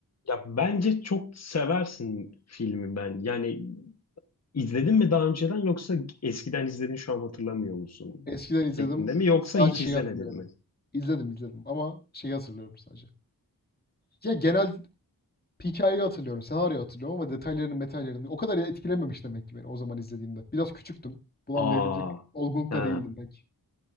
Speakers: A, on the left; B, on the left.
A: Ya bence çok seversin filmi ben. Yani izledin mi daha önceden yoksa eskiden izledin şu an hatırlamıyor musun?
B: Eskiden izledim.
A: Şeklinde mi yoksa
B: Sadece
A: hiç
B: şeyi
A: izlemedin
B: hatırlıyorum.
A: mi?
B: İzledim izledim ama şeyi hatırlıyorum sadece. Ya genel hikayeyi hatırlıyorum, senaryoyu hatırlıyorum ama detaylarını, metallerini o kadar etkilememiş demek ki beni o zaman izlediğimde. Biraz küçüktüm. Bunu anlayabilecek
A: Aa.
B: olgunlukta
A: Ha,
B: değildim pek.